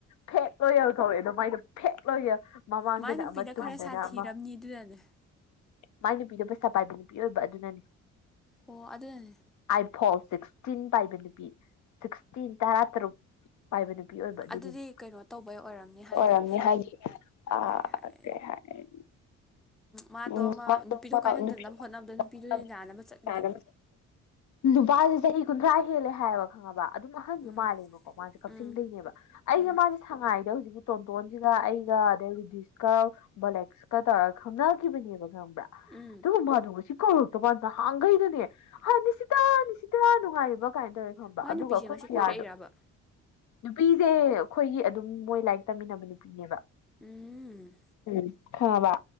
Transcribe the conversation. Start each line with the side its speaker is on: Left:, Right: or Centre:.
Left: ꯐꯦꯛ ꯂꯣꯌꯦꯜ ꯀꯧꯋꯦ ꯑꯗꯣ ꯃꯥꯏꯅ ꯐꯦꯛ ꯂꯣꯌꯦꯜ ꯃꯃꯥꯡꯗꯅ
Centre: ꯃꯥꯏ ꯅꯨꯄꯤꯅ
Left: ꯑꯃ ꯇꯨꯡꯗꯅ
Centre: ꯈꯔ ꯁꯥꯊꯤꯔꯝꯅꯤ
Left: ꯑꯃ
Centre: ꯑꯗꯨꯅꯅꯦ
Left: ꯃꯥꯏ ꯅꯨꯄꯤꯗ ꯄꯩꯁ ꯄꯥꯏꯕ ꯅꯨꯄꯤ ꯑꯣꯏꯕ ꯑꯗꯨꯅꯅꯤ
Centre: ꯑꯣ ꯑꯗꯨꯗꯅꯦ
Left: ꯑꯥꯢꯐꯣꯟ ꯁꯤꯛꯁꯇꯤꯟ ꯄꯥꯏꯕ ꯅꯨꯄꯤ ꯁꯤꯛꯁꯇꯤꯟ ꯇꯔꯥ ꯇꯔꯨꯛ ꯄꯥꯏꯕ ꯅꯨꯄꯤ ꯑꯣꯏꯕ ꯑꯗꯨꯒꯤꯅꯤ
Centre: ꯑꯗꯨꯗꯤ ꯀꯩꯅꯣ ꯇꯧꯕꯩ ꯑꯣꯏꯔꯝꯅꯤ ꯍꯥꯏꯗꯤ
Left: ꯑꯣꯏꯔꯝꯅꯤ ꯍꯥꯏꯗꯤ ꯑꯥ
Centre: ꯀꯩ ꯍꯥꯏ
Left: ꯀꯩ ꯍꯥꯏ
Centre: ꯃꯥꯗꯣ
Left: ꯎꯝ
Centre: ꯑꯃ
Left: ꯃꯥꯗꯣ
Centre: ꯅꯨꯄꯤꯗꯣ
Left: ꯃꯥ
Centre: ꯀꯥꯏꯅꯗꯅꯕ
Left: ꯅꯨꯄꯤꯗꯣ ꯀꯥꯏꯅ
Centre: ꯍꯣꯠꯅꯕꯗ ꯅꯨꯄꯤꯗꯣ ꯌꯥꯅꯕ ꯆꯠꯂꯤꯅꯤ
Left: ꯅꯨꯄꯥꯁꯤ ꯆꯍꯤ ꯀꯨꯟꯊ꯭ꯔꯥ ꯍꯦꯜꯂꯦ ꯍꯥꯏꯌꯦꯕ ꯈꯪꯉꯕ ꯑꯗꯨꯝ ꯑꯍꯟꯁꯨ
Centre: ꯎꯝ
Left: ꯃꯥꯜꯂꯦꯕꯀꯣ ꯃꯥꯁꯦ ꯀꯛꯆꯤꯡꯗꯩꯅꯦꯕ
Centre: ꯎꯝ
Left: ꯑꯩꯁꯦ
Centre: ꯎꯝ
Left: ꯃꯥꯁꯦ ꯁꯉꯥꯏꯗ ꯍꯧꯖꯤꯛꯀꯤ ꯇꯣꯟꯇꯣꯟꯁꯤꯒ ꯑꯩꯒ ꯑꯗꯩ ꯔꯨꯗꯤꯁꯀ ꯕꯣꯂꯦꯛꯁꯀ ꯇꯧꯔꯒ ꯈꯪꯅ ꯀꯕ <unintelligible> ꯕ꯭ꯔꯥ
Centre: ꯎꯝ
Left: ꯇ ꯃꯗꯨꯁꯤ ꯀꯣ <unintelligible> ꯕꯥꯗ ꯅꯍꯥꯟꯈꯩꯩꯅꯅꯦ ꯅꯤꯁꯤꯇꯥ ꯅꯤꯁꯤꯇꯥ ꯅꯨꯡꯉꯥꯏꯕ ꯀꯥꯏꯅ ꯇꯧꯏ ꯈꯪꯉꯕ
Centre: ꯃꯥꯏ
Left: ꯑꯗꯨꯒ
Centre: ꯅꯨꯄꯤꯁꯦ
Left: ꯑꯩꯈꯣꯏ
Centre: ꯉꯁꯤ
Left: ꯁꯤ
Centre: ꯀꯣꯏꯔꯛꯏꯔꯕ
Left: ꯑꯥꯔ ꯗꯣ ꯅꯨꯄꯤꯁꯦ ꯑꯩꯈꯣꯏꯒꯤ ꯑꯗꯨꯝ ꯃꯣꯏ ꯂꯥꯏꯔꯤꯛ ꯇꯝꯃꯤꯟꯅꯕ ꯅꯨꯄꯤꯅꯦꯕ
Centre: ꯎꯝ
Left: ꯎꯝ ꯈꯥꯕ